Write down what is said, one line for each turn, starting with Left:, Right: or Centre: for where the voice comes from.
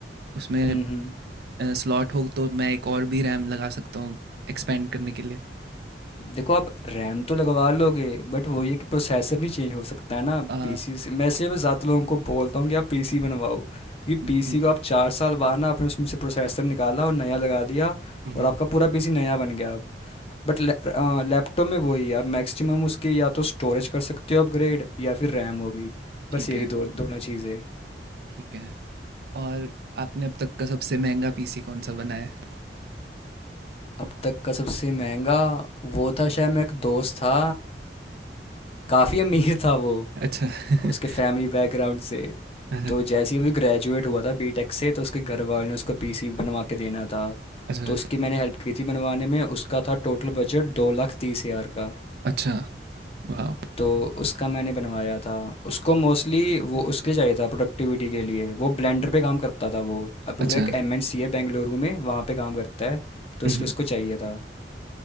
Right: उसमें
Left: हम्म हम्म
Right: स्लॉट हो तो मैं एक और भी रैम लगा सकता हूँ एक्सपेंड करने के लिए
Left: देखो आप रैम तो लगवा लोगे बट वही है कि प्रोसेसर नहीं चेंज हो सकता है ना
Right: अ,
Left: पीसी से मैं इसलिए मैं ज़्यादा लोगों को बोलता हूँ कि आप पीसी बनवाओ क्योंकि
Right: म-
Left: पीसी
Right: मम्हम,
Left: को आप चार साल बाद ना आपने उसमें से प्रोसेसर निकाला और नया लगा दिया
Right: मम्हम,
Left: और आपका पूरा पीसी नया बन गया अब बट लैपटॉप में वही है आप मैक्सिमम उसकी या तो स्टोरेज कर सकते हो अपग्रेड या फिर
Right: मम्हम,
Left: रैम होगी
Right: ठीक
Left: बस यही
Right: है
Left: दो दोनों चीज़ें
Right: ठीक है और आपने अब तक का सबसे महंगा पीसी कौन सा बनाया है?
Left: अब तक का सबसे महंगा वो था शायद मेरा एक दोस्त था काफ़ी अमीर था वो
Right: अच्छा <laughs>
Left: उसके फैमिली बैकग्राउंड से
Right: अहं,
Left: तो जैसे ही वो ग्रेजुएट हुआ था बीटेक से तो उसके घर वालों ने उसको पीसी बनवा के देना था
Right: अच्छा
Left: तो उसकी मैंने हेल्प की थी बनवाने में उसका था टोटल बजट दो लाख तीस हज़ार का
Right: अच्छा वाह
Left: तो उसका मैंने बनवाया था उसको मोस्टली वो उसके चाहिए था प्रोडक्टिविटी के लिए वो ब्लेंडर पे काम करता था वो अभी
Right: अच्छा
Left: वो एक एम एंड सी है बेंगलुरु में वहाँ पे काम करता है तो
Right: मम्हम,
Left: इसलिए उसको चाहिए था